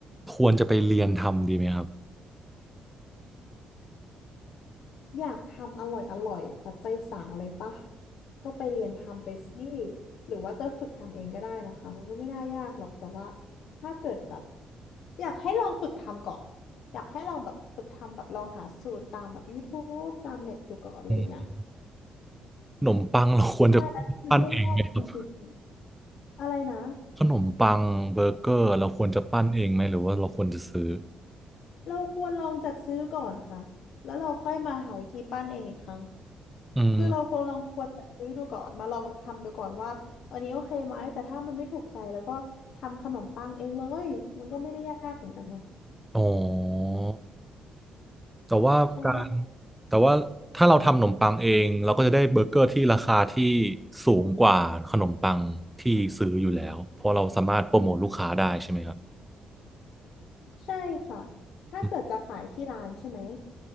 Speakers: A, in the centre; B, on the left.
A: ควรจะไปเรียนทำดีไหมครับ
B: อยากทำอร่อยอร่อยปัจจัยสาวเลยปะก็ไปเรียนทำไปสิหรือว่าจะฝึกทำเองก็ได้นะคะมันก็ไม่น่ายากหรอกแต่ว่าถ้าเกิดแบบอยากให้ลองฝึกทำก่อนอยากให้ลองแบบฝึกทำแบบลองหาสูตรตามแบบ YouTube ตามเน็ตดูก่อนอะไรอย่างเงี้ย
A: อืมขนมปังเราควรจะปั้นเองไหมครับ
B: ใช่แล้วถ้ามันไม่รอดจริงๆอะไรนะ
A: ขนมปังเบอร์เกอร์เราควรจะปั้นเองไหมหรือว่าเราควรจะซื้อ
B: เราควรลองจัดซื้อก่อนค่ะแล้วเราค่อยมาหาวิธีปั้นเองอีกครั้ง
A: อืม
B: คือเราควรลองควรจัดซื้อดูก่อน มาลองทำดูก่อนว่าอันนี้โอเคไหม แต่ถ้ามันไม่ถูกใจแล้วก็ทำขนมปังเองเลย มันก็ไม่ได้ยากเหมือนกันนะ
A: อ๋อแต่ว่าการ
B: ใช่
A: แต่ว่าถ้าเราทำขนมปังเองเราก็จะได้เบอร์เกอร์ที่ราคาที่สูงกว่าขนมปังที่ซื้ออยู่แล้วเพราะเราสามารถโปรโมทลูกค้าได้ใช่ไหมครับ
B: ใช่ค่ะถ้าเกิดจะขายที่ร้านใช่ไหม
A: อืม